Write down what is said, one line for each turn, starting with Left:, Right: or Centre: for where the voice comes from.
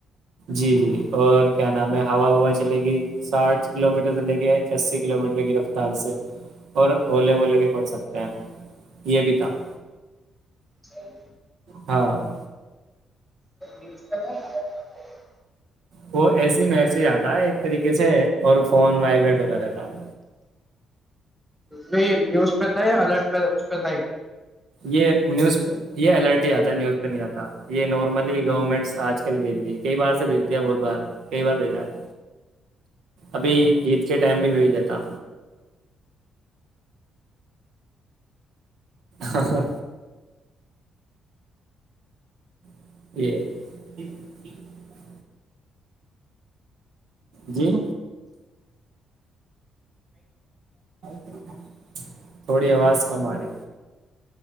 Right: جی جی اور کیا نام ہے ہوا وا چلے گئی ساٹھ کلو میٹر چلے گئے اسی کلو میٹر کی رفتار سے اور اولے وولے بھی پڑ سکتے ہیں یہ بھی تھا <unintelligible>
Centre: چی <unintelligible>
Right: ہاں <unintelligible>
Centre: نیز <inaudible>
Right: وہ ایسی ہی میں آتا ہے ایک طریقے سے اور فون وائبریٹ ہوتا رہتا ہے
Centre: نہیں نیوز <unintelligible> است الرٹ کا اس کا ہے
Right: یہ نیوز پ یہ الرٹی ہی آتا ہے نیوز پہ نہیں آتا یہ نارملی گورنمنٹ آج کل بھیج رہی ہے کئی بار سے بھیج دیا بہت بار کئی بار بھیجا ہے ابھی عید کے ٹائم بھی بھیج دیتا ہ <unintelligible> ج <unintelligible> جی <inaudible> تھوڑی آواز کم آ رہی